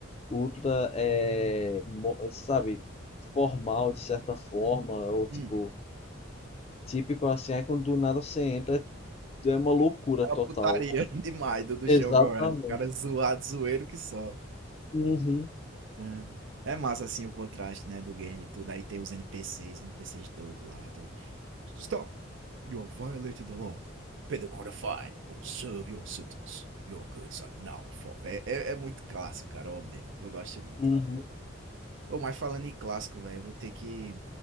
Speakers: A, on the left (about 30°); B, on the right (about 70°).
A: ultra, é, mo- sabe, formal de certa forma, ou tipo,
B: Hum,
A: típico assim, aí quando do nada você entra é uma loucura
B: é uma
A: total.
B: putaria <laughs> demais do, do
A: Exatamente.
B: Shogun Cara zoado, zoeiro que só.
A: Uhum,
B: Ah, É massa assim o contraste, né, do game e tudo. Aí tem os NPCs, NPCs doido lá. Stop! You have violated the law. Pay the quarter fine or serve your sentence. Your goods are now forfeit. É, é, é muito clássico, cara, o Oblivion. Eu gosto muito,
A: uhum.
B: velho. Ô, mas falando em clássico, velho, eu vou ter que.